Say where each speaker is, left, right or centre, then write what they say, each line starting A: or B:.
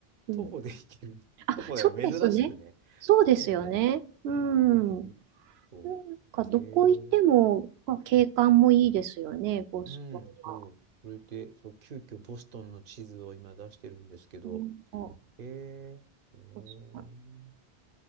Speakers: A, on the right; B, on the right.
A: うん。
B: 徒歩で行けるとこ
A: あ、そうですね。
B: <laughs> だよ。珍しくね。
A: そうですよね。
B: そうだよね。
A: うん。
B: そうそうそう
A: な
B: そ
A: んか、どこ行っても、
B: う。えー、
A: まあ、景観もいいですよね、ボストンは。
B: うん、そう。それで、そう、急遽ボストンの地図を今出してるんですけど、
A: うんあ
B: えー、うーん
A: ボストン